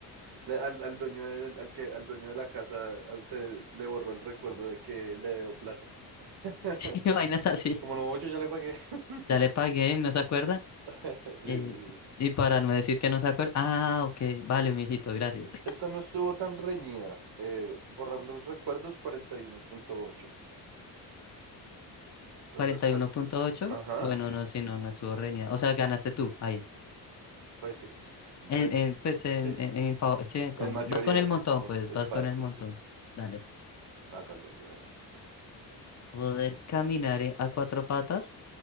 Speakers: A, on the right; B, on the left.
A: le- Al, al dueño del- al que, al dueño de la casa al- se le borró el recuerdo de que le debo plata. <laughs>
B: <laughs> Sí, vainas así.
A: Como no, yo ya le pagué. <laughs>
B: Ya le pagué, no se acuerda.
A: Sí, sí.
B: Eh, y para no decir que no se acuerda. Ah, ok, vale, mijito, gracias.
A: Esta no estuvo tan reñida. Eh, borrar los recuerdos cuarenta y uno punto ocho,
B: <laughs>
A: Entonces,
B: cuarenta
A: pues,
B: y uno
A: ajá,
B: punto ocho Bueno, no, si no, no estuvo reñida. O sea, ganaste tú, ahí.
A: pues sí.
B: En,
A: Pues
B: en, pues
A: <laughs>
B: en,
A: sí,
B: en, en pa- sí, con,
A: en mayoría
B: vas con el
A: sí
B: montón,
A: somos
B: pues,
A: el
B: vas
A: parche,
B: con el montón.
A: sí.
B: Dale.
A: Hágale, weón.
B: ¿Poder caminar en- a cuatro patas